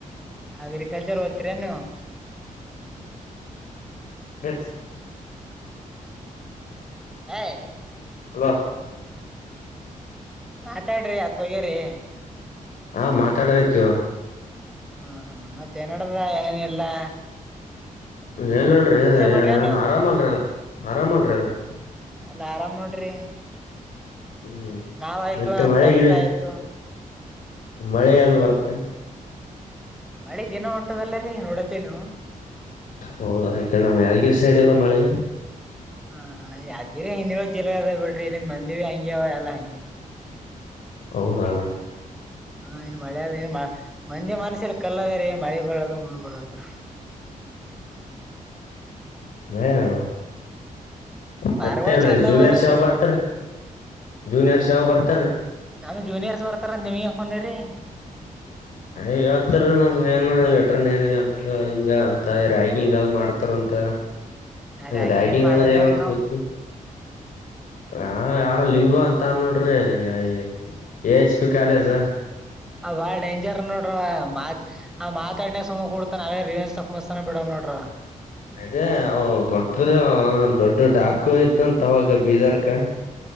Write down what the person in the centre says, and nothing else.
ಅಗ್ರಿಕಲ್ಚರ್ ಒತ್ರೀ ನೀವು
ಏಯ್
ಮಾತಾಡ್ರಿ ಅತ್ ಹೋಗ್ಯರಿ
ಹಾ ಹಾ ಮತ್ತೆ ನಡ್ರ ಏನೇನ್ ಎಲ್ಲಾ
ಮಾಡ್ರಿ ನೀವು
ಎಲ್ಲ ಆರಾಮ್ ನೋಡ್ರಿ
ನಾವಾಯ್ತು
ನಮ್
ಕೆಲ್ಸ
ಆಯ್ತು
ಮಳೆ ದಿನ ಉಂಟದಲ್ಲರೀ ನೋಡತ್ತೇ ನೀ
ಹಾ ಹ ಯ್ಗಿರಿ ಹಿಂದಿಳ ಜಿಲ್ಲ ಅದ ಬಿಟ್ರಿ ಇಲ್ಲಿಂದ ಮಂದಿ ಭ ಹಂಗ್ಯವ ಎಲ್ಲಾ ಹಂಗ್ಯವ
ಹಾ ಇನ್ ಮಳೆದು ಇನ್ ಮಂಜೆ ಮನಸಲ್ಲಿ ಕಲ್ಲದ ರ ಮಳೆ ಬಳದು ಮುಣಬಳದು
ಪಾರ್ಗಳು
ಚಂದ
ಅವನೊಂದು
ನಮ್ ಜೂನಿಯರ್ಸ್ ಬರ್ತಾರಂತ ನಿಮ್ಗೆ ಯಾಕ್ ಖುನರಿ
ರಾಗಿ
ಏನ್ ಮಾಡಲ್ವ್ರಿ
ನಾವ್
ಆ ಬಾಳ್ ಡೇಂಜರ್ ನೋಡ್ರ ಮಾತ್ ಆ ಮಾತಾಡನ ಸುಮ ಕೂಡ್ತಾನ ಅವೇನ್ ರಿವೇಜ್ ತಕಮ್ತಾನ ಬಿಡಲ್ ನೋಡ್ರ <unintelligible>